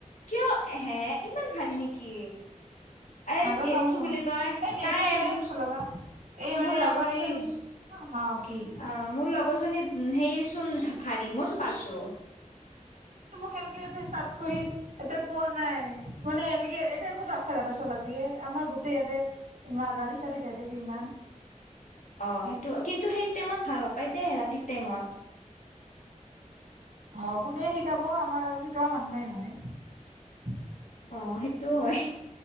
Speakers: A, on the left; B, on the right.
A: কিয় হে ইমান ভাৰী নেকি এ
B: নাজানো
A: এ কি বুলি কয়
B: এই নিদিয়ে
A: তাই
B: এই
A: মোৰ
B: চলাবা এই মানে
A: মোৰ লগৰজনী
B: আমাৰ এই অ কি
A: অ মোৰ লগৰজনী সেই চোন ভাৰী মই চো পাৰছো
B: খেলকেতে চাট কৰি ইতে পোৱা নাই মানে এনে এতিয়া ক'ত ৰাস্ত ঘাটট চলাবি আমাৰ ইয়াতে গাড়ী চাৰি যাই থাকে ইমান
A: অ সেইটো কিন্তু সেই টাইমত ভাল নাপায় দেই ৰাতি টাইমত
B: অ কোনে শিকাব আমাৰ আৰু শিকা মানুহে নহয়
A: অ সেইটো হয়